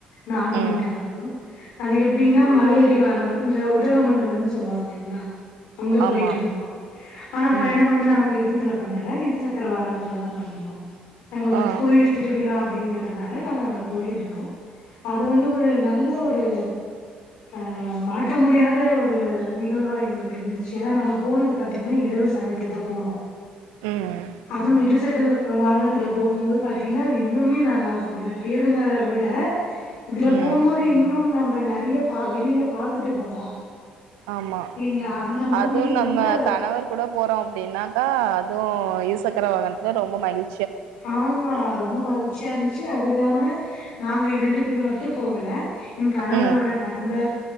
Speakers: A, on the left; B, on the right.
A: நானும்
B: ம்
A: என் கணவரும் அது எப்டின்னா மலையடிவாரம் அந்த உதகமண்ட லம் சொல்லுவாங்கல்லி ங்ளா அங்க போய்ட்டு
B: ஆமா
A: வந்தோ ஆனா பயணம்
B: ம்
A: வந்து நாங்க பேருந்துல பண்ணல இருசக்கர வாகனத்துலதா பண்ணுனோ அங்க ஒரு
B: ஆ
A: கோயில் திருவிழா அப்டிங்கிறனால நாங்க அங்க போய்ருந்தோ அது வந்து ஒரு நல்ல ஒரு ஆ மறக்க முடியா த ஒ ரு நிகழ்வா எங்களுக்கு இருந்துச்சு ஏன்னா நாங்க போனது பாத்தீங்கனா இரவு சமயத்தில தா போனூ
B: ம்
A: அதுவு இருசக்கர வாகனத்துல போகும்போது பாத்தீங்கன்னா அது இன்னுமே நல்லா இருக்கு ஏனா பேருந்த விட இதுல
B: ம்
A: போம்போது இன்னும் நம்ம ப்பா நெறயா பா வெளில பாத்துட்டு போலா
B: ஆமா
A: இல்லைங்களா அந்த மாதிரி
B: அது
A: ரொம்ப
B: நம்ம கணவர் கூட போறோ அப்டின்னாக்கா அதுவு இருசக்கர வாகனத்துல ரொம்ப மகிழ்
A: ஆமா ரொம்ப மகிழ்ச்சியா இருந்துச்சு அது இல்லாம நாங்க இரண்டு பேர் மட்டு போகல என் கணவரோட
B: ம்
A: நண்பர்